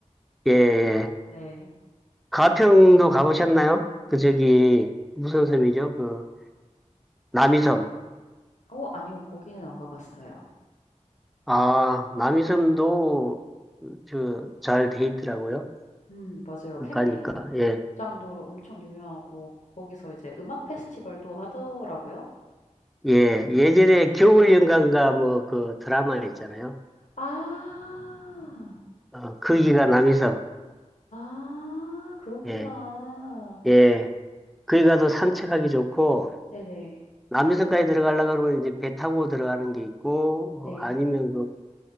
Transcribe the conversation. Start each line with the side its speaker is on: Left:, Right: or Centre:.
Centre: 예, 예.
Left: 네.
Centre: 가평도 가보셨나요? 그 저기 무슨 섬이죠? 그 남이섬.
Left: 어 아니요. 거기는 안 가 봤어요.
Centre: 아, 남이섬도 저잘 돼 있더라고요.
Left: 음 맞아요. 캠핑장도로
Centre: 가니까 예,
Left: 엄청 유명하고 거기서 이제 음악 페스티벌도 하더라고요.
Centre: 예, 예전에
Left: 음.
Centre: 겨울연가인가 뭐 그 드라마 있잖아요.
Left: 아.
Centre: 어, 거기가 남이섬.
Left: 아 그렇구나.
Centre: 예, 예, 거기 가도 산책하기 좋고
Left: 네네.
Centre: 남이섬까지 들어가려고 그러면 이제 배 타고 들어가는 게 있고
Left: 네.
Centre: 어, 아니면